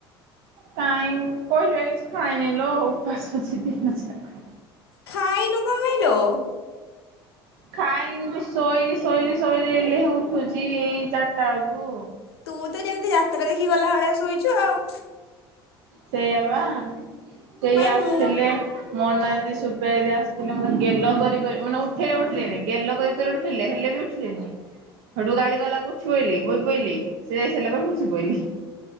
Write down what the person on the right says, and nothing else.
କାଇଁ କହିଲୁ ଆ କିଛି ଖାଇନି ଲୋ ଉପାସ ଅଛି ଦିନ ସାରା।
ଖାଇଲିନି ଶୋଇବି ଶୋଇବି ଶୋଇବି ଏଇଲେ ଉଠୁଚି ଏଇ ଚାରିଟା ବେଳକୁ
ସେଇଆ ବା ସେଇ
ଆସିଥିଲେ
ମୋନା ଦିଦି, ଶୁକ୍ଳା ଦିଦି ଆସିଥିଲେ, ମତେ ଗେଲ କରି କରି ମାନେ ଉଠେଇଲେ ଉଠିଲେନି ଗେଲ କରି କରି ଉଠେଇଲେ, ହେଲେ ବି ଠିନି ହେଟୁ ଗାଳି କଲାକୁ ଉଠି ପଇଲି ବୋଇ ପଇଲି ସେ ଯାଇସାରିଲା ପରେ ପୁଣି ସୋଇପଇଲି।